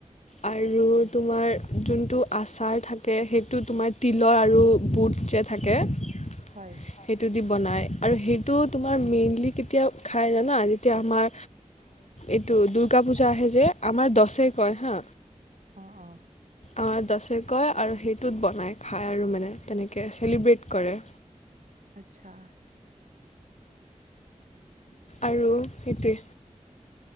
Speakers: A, on the left; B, on the right.
A: আৰু তোমাৰ যোনটো আচাৰ থাকে সেইটো তোমাৰ তিলৰ আৰু বুট যে থাকে তাকে
B: হয়।
A: সেইতো দি বনায় আৰু সেইটো তোমাৰ মেইনলি কেতিয়া খাই জানা। যেতিয়া আমাৰ এইটো দুৰ্গা পূজা আহে যে। আমাৰ দছে
B: অ
A: কয় হা।
B: অ', অ'।
A: আমাৰ দছে কয় আৰু সেইটোত বনায় খায় আৰু মানে তেনেকৈ চেলিব্ৰেট কৰে।
B: আচ্ছা।
A: আৰু সেইটোৱে।